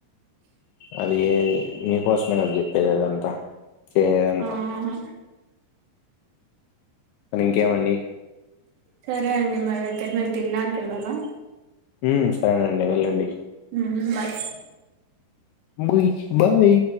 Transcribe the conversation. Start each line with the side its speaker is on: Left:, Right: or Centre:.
Left: అది మీకోసమే కదా చెప్పేది అదంతా చేదంతా
Right: ఆహా
Left: ఇంకేమండి
Right: సరే అండి మరి అయితే మీరు తినడానికి ఏళ్లాలా
Left: వ్మ్ సరేండి వెళ్ళండి
Right: వ్మ్ బయ్
Left: బుయి బాయ్